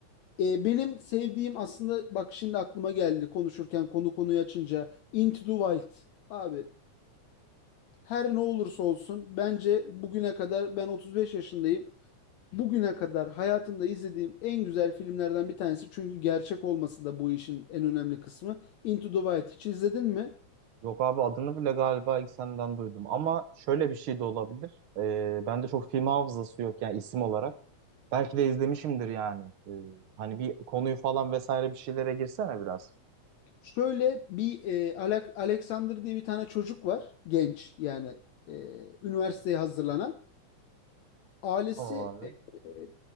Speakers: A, on the left; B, on the right.
A: Eee, benim sevdiğim aslında bak şimdi aklıma geldi konuşurken konu konuyu açınca Into the Wild. Abi her ne olursa olsun bence bugüne kadar ben 35 yaşındayım. Bugüne kadar hayatımda izlediğim en güzel filmlerden bir tanesi çünkü gerçek olması da bu işin en önemli kısmı. Into the Wild hiç izledin mi?
B: Yok abi adını bile galiba ilk senden duydum. Ama şöyle bir şey de olabilir. Ee, bende çok film hafızası yok yani isim olarak. Belki de izlemişimdir yani. Ee, hani bir konuyu falan vesaire bir şeylere girsene biraz.
A: Şöyle bir e, Alec- Alexander diye bir tane çocuk var. Genç yani e, üniversiteye hazırlanan. Ailesi
B: Tamam abi.
A: e, e,